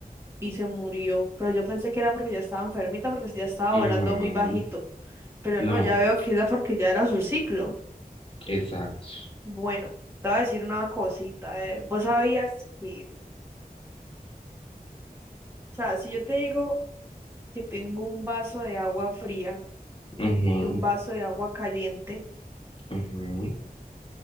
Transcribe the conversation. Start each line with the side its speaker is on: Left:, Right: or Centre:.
Right: y se murió, pero yo pensé que era porque ya estaba enfermita, porque ya estaba
Left: Ujú,
Right: volando muy bajito, pero
Left: No,
Right: no, ya veo que era porque ya era su ciclo.
Left: exacto.
Right: Bueno, te voy a decir una cosita, a ver, vos sabías que, o sea, si yo te digo que tengo un vaso de agua fría
Left: Ujú,
Right: y un vaso de agua caliente,
Left: ujú.